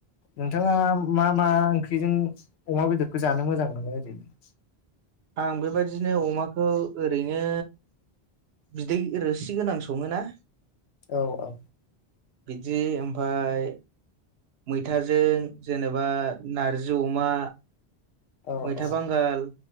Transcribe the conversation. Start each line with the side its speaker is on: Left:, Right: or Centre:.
Left: नोंथांङा मा मा ओं ख्रिजों अमा बेदरखौ जानो मोजां मोनो ओरैनो
Right: आं बेबायदिनो अमाखौ ओरैनो बिदै रोसि गोनां सङोना
Left: औ औ
Right: बिदि ओमफ्राय मैथाजों जेनेबा नारजि अमा
Left: औ
Right: मैथा
Left: औ
Right: बांगाल